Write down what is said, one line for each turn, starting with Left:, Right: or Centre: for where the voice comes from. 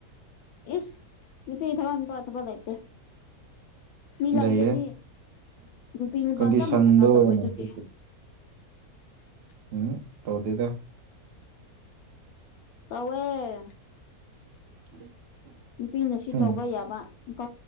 Left: ꯏꯁ ꯅꯨꯄꯤ ꯊꯕꯛ ꯅꯨꯄꯥ ꯊꯕꯛ ꯂꯩꯇꯦ ꯃꯤ ꯂꯝꯗꯗꯤ
Right: ꯂꯩꯌꯦ
Left: ꯅꯨꯄꯤ ꯅꯨꯄꯥ
Right: ꯀꯟꯗꯤꯁꯟꯗꯣ
Left: ꯆꯞ ꯃꯥꯟꯅꯅ ꯇꯧꯏꯗꯨꯗꯤ
Right: ꯑꯣꯏꯅꯗꯤ
Left: <inaudible>
Right: ꯎꯝ ꯇꯧꯗꯦꯗ
Left: ꯇꯧꯋꯦ
Right: <inaudible>
Left: ꯅꯨꯄꯤꯅ ꯁꯤ
Right: ꯎꯝ
Left: ꯇꯧꯕ ꯌꯥꯕ ꯅꯨꯄꯥ